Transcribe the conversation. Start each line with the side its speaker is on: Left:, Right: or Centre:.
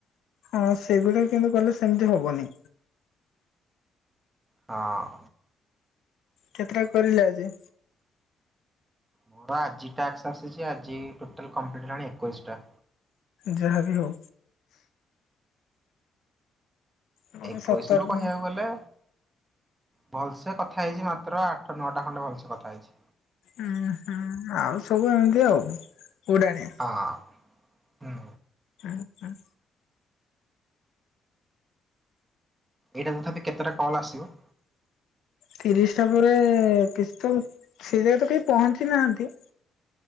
Left: ହଁ ସେଗୁଡା କିନ୍ତୁ କଲେ ସେମିତି ହବନି।
Right: ହଁ।
Left: କେତେଟା କରିଲେ ଆଜି?
Right: ମୋର ଆଜି ଟାକ୍ସ ଆସିଚି ଆଜି ଟୋଟାଲ କମ୍ପ୍ଲିଟ୍ ହେଲାଣି ଏକୋଇଶ ଟା।
Left: ଯାହା ବିି ହଉ। ମୋର
Right: ଏକୋଇଶିରୁ
Left: ସତର
Right: କହିବାକୁ
Left: ଉଁ
Right: ଗଲେ। ଭଲସେ କଥା ହେଇଚି ମାତ୍ର ଆଠ ନଅଟା ଖଣ୍ଡେ ଭଲସେ କଥା ହେଇଛି।
Left: ଉଁ ହୁଁ। ଆଉ ସବୁ ଏମିତି ଆଉ ଉଡାଣିଆ।
Right: ହଁ ହୁଁ।
Left: ହୁଁ ହୁଁ।
Right: ଏଇଟା ତଥାପି କେତେଟା କଲ୍ ଆସିବ?
Left: ତିରିଶ ଟା ପରେ କିଛି ତ ସେ ଜାଏ ତ କେହି ପହଞ୍ଚି ନାହାନ୍ତି।